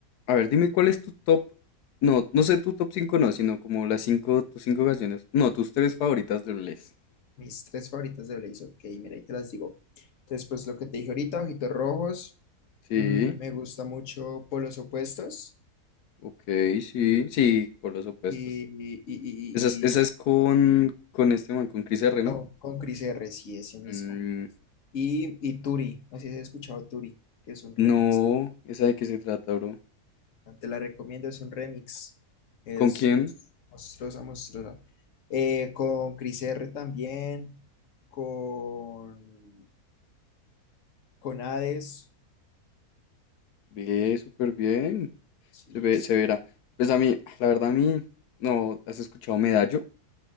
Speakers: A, on the left; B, on the left.
A: A ver, dime cuál es tu top. No, no sé tu top 5 no, sino como las 5 tus 5 canciones. No, tus 3 favoritas de Bless.
B: Mis tres favoritas de Blaze, ok, mira, ahí te las digo. entonces pues lo que te dije ahorita, Ojitos Rojos.
A: Sí.
B: Mm, me gusta mucho Polos Opuestos
A: Ok, sí, sí, por los opuestos.
B: y, y, y, y-
A: Esa es, esa
B: y-
A: es con, con este man, con Chris R, ¿no?
B: oh, con Chris R, sí, ese mismo.
A: Mm,
B: Y, y Turi, así he escuchado Turi, que es un remix.
A: no, ¿esa de qué se trata, bro?
B: Te la recomiendo, es un remix. Es
A: ¿Con quién?
B: mos- monstruosa, monstruosa. Eh, con Chris R también, con, con Hades,
A: Ve, súper bien.
B: sí,
A: Se ve,
B: sí.
A: se verá. Pues a mí, la verdad, a mí, no, ¿has escuchado Medallo?